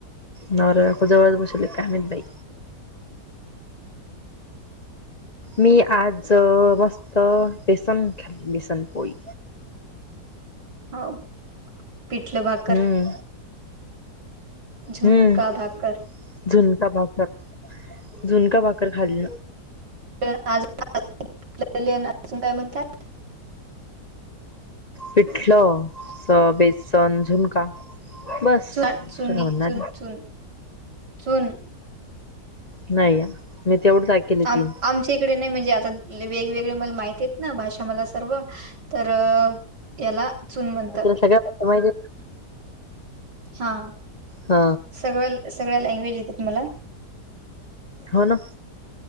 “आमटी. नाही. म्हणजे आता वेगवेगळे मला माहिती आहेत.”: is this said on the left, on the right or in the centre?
Right